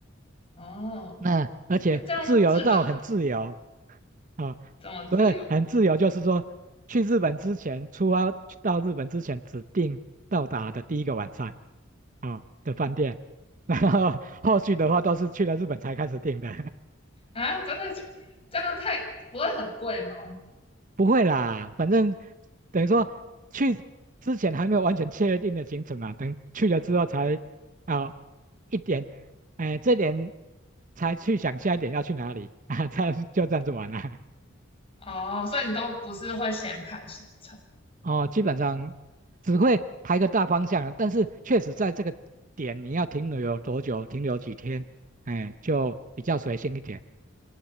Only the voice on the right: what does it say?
那而且自由到很自由
啊，
所以很自由就是说，去日本之前，出发到日本之前指定到达的第一个晚上啊的饭店，<laughs> 然后后续的话都是去了日本才开始订的，
<laughs> 不会啦，反正等于说去之前还没有完全确定的行程嘛，等去了之后才啊一点，哎、这点才去想下一点要去哪里 <laughs> 啊，这样就这样子玩了。
哦，基本上只会排个大方向啊，但是确实在这个点你要停留有多久，停留几天，哎，就比较随性一点。